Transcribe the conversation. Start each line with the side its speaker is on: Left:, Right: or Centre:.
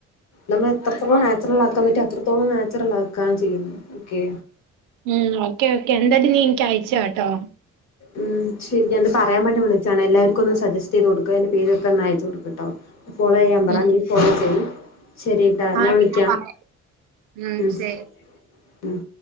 Left: നമ്മളെത്രത്തോളം നാച്ചുറലാക്കാൻ പറ്റ അത്രത്തോളം നാച്ചുറലാ ക്കാൻ ചെയ്യുന്നു ഓക്കെ
Right: ഉംഹ് ഓക്കേ ഓക്കേ എന്തായാലും നീ ഇൻക്ക് അയച്ചാട്ടോ
Left: ഉംഹ് ശരി ഞാ ത് പറയാൻ വേണ്ടി വിളച്ചാണെ എല്ലാവരും ക്കൊന്ന് സജസ് റ്റെയ്തൊട്ക്ക അയ്ന്റെ പേരക്കൊന്നയച്ചൊട് ക് ട്ടോ ഫോളെയ്യാൻ പറ
Right: ഉം
Left: നീ ഫോളോ ചെയ് ശെരിട്ടാ ഞാൻ
Right: ആഹ്
Left: വിളിക്കാ
Right: പറയാം ഉം
Left: ഉംഹ്
Right: ശരി
Left: ഉംഹ്